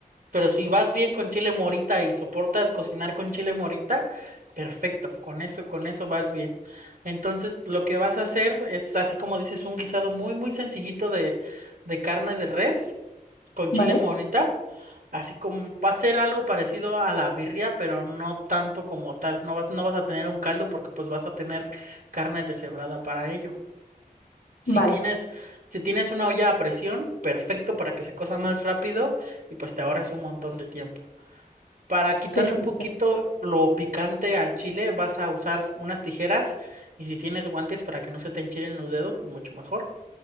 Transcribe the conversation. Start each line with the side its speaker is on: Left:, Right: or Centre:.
Right: pero si vas bien con chile morita y soportas cocinar con chile morita, perfecto, con eso, con eso vas bien. Entonces, lo que vas a hacer es, así como dices, un guisado muy, muy sencillito de, de carne de res con
Left: ¿Vale?
Right: chile morita, así como va a ser algo parecido a la birria, pero no tanto como tal. No vas, no vas a tener un caldo porque pues vas a tener carne deshebrada para ello. Si
Left: Vale,
Right: tienes, si tienes una olla a presión, perfecto para que se cosa más rápido y pues te ahorres un montón de tiempo. Para quitarle
Left: perfecto.
Right: un poquito lo picante al chile, vas a usar unas tijeras y si tienes guantes para que no se te enchilen los dedos, pues mucho mejor.